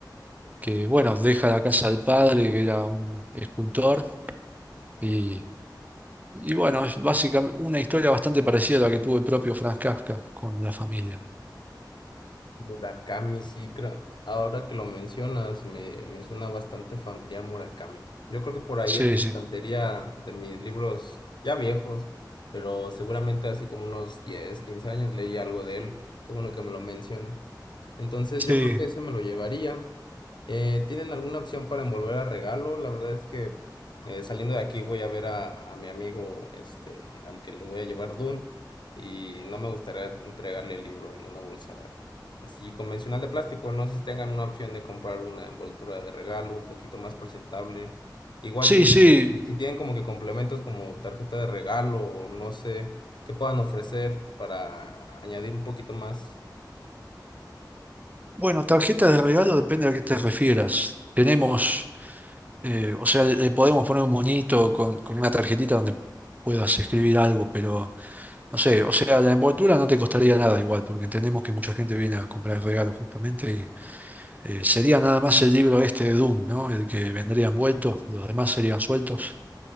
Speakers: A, on the right; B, on the left.
A: que, bueno, deja la casa del padre, que era un escultor, y, y, bueno, es básicamente una historia bastante parecida a la que tuvo el propio Franz Kafka con la familia.
B: Murakami, sí, creo- Ahora que lo mencionas, me, me suena bastante familiar Murakami. Yo creo que por ahí
A: Sí,
B: en mi
A: sí,
B: estantería de mis libros ya viejos, pero seguramente hace como unos 10 15 años leí algo de él. Qué bueno que me lo mencionas. Entonces
A: sí,
B: yo creo que ese me lo llevaría. Eh, ¿tienen alguna opción para envolver a regalo? La verdad es que eh, saliendo de aquí voy a ver a, a mi amigo este, al que le voy a llevar Dune y no me gustaría entregarle el libro en una bolsa así convencional de plástico. No sé si tengan una opción de comprar una envoltura de regalo un poquito más presentable. Igual
A: sí,
B: si,
A: sí.
B: si si tienen como que complementos como tarjeta de regalo o no sé, qué puedan ofrecer para añadir un poquito más.
A: Bueno, tarjeta de regalo depende a qué te refieras. Tenemos, eh, o sea, le, le podemos poner un moñito con, con una tarjetita donde puedas escribir algo, pero... No sé, o sea, la envoltura no te costaría nada igual, porque entendemos que mucha gente viene a comprar regalos justamente y eh, sería nada más el libro este de Doom, ¿no? El que vendría envuelto, los demás serían sueltos.